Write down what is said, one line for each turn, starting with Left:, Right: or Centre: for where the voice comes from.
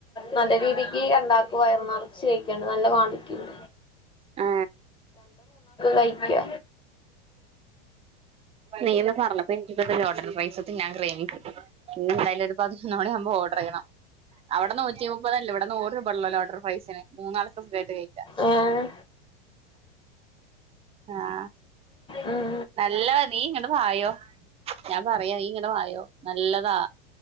Left: നല്ല രീതിക്ക് എണ്ടാക്കുവാരുന്നോ- ച്ചെയൊക്കെയുണ്ട് നല്ല <unintelligible> വി <unintelligible>
Right: ആ
Left: കഴിക്കുക
Right: നീന്ന് പറഞ്ഞപ്പൊ എനിക്ക് <unintelligible> ലോട്ടറി പൈസക്ക് ഞാൻ ക്രയിനി പോകും ഇന്നെന്തായാലും ഒരു പതിനൊന്ന് മണിയാവുമ്പോ ഓഡറ് ചെയ്യണം അവിടെ നൂറ്റി മുപ്പതല്ലേ ഇവിടെ നൂറ് രൂപ ഉള്ളല്ലോ ലോട്ടറി പ്രൈസിന് മൂന്നാൾക്ക് സുഖായിട്ട് കഴിക്കാം
Left: ഏഹ്
Right: ആ
Left: ഉം
Right: നല്ലതാ നീ ഇങ്ങട് വായോ ഞാൻ പറയാ നീ ഇങ്ങട് വായോ നല്ലതാ